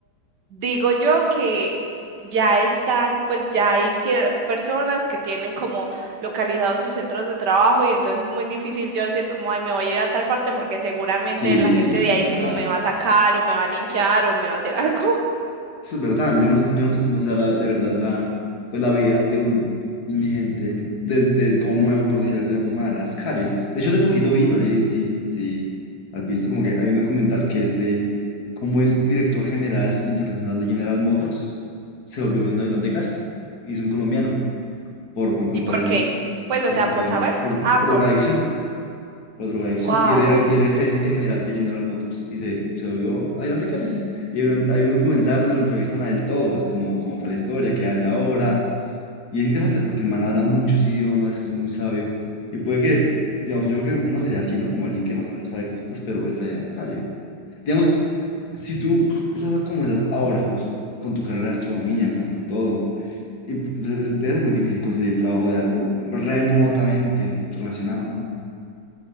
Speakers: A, on the right (about 70°); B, on the left (about 60°).
A: Digo yo que ya están, pues ya hay cier- personas que tienen como localizados sus centros de trabajo y entonces es muy difícil yo decir como, ay, me voy a ir a tal parte porque seguramente
B: Sí,
A: la gente de
B: es
A: ahí
B: verdad.
A: mismo me va a sacar o me va a linchar o me va a hacer <laughs> algo.
B: Eso es verdad, yo no sé, yo no sé cómo sea la, de verdad la, pues la vida de un indigente desde como nuevo, por decirlo de alguna forma, de las calles. De hecho, hace poquito vi, no sé si, si has visto, como que hay un documental que es de cómo el director general internacional de General Motors se volvió un habitante de calle. Y es un colombiano por, por culpa
A: ¿Y por
B: del bazuco,
A: qué? Pues, o
B: por
A: sea,
B: culpa
A: por saber.
B: de- por,
A: Ah,
B: por
A: por...
B: drogadicción por adicción
A: Wow,
B: Y él era, y era el gerente general de General Motors. Y se, se volvió ayudante de calle, sí. Y hay un, hay un documental donde lo entrevistan a él todo, pues como, como fue la historia, qué hace ahora. Y es interesante porque el man habla muchos idiomas, es muy sabio. Y puede que, digamos, yo creo que uno sería así, ¿no? Como alguien que más o menos sabe cositas, pero está allá en la calle. Digamos, si tú estás como estás ahora justo, con tu carrera de astronomía, con tu todo, y, pues, es- debe ser muy difícil conseguir trabajo de algo remotamente relacionado, ¿no?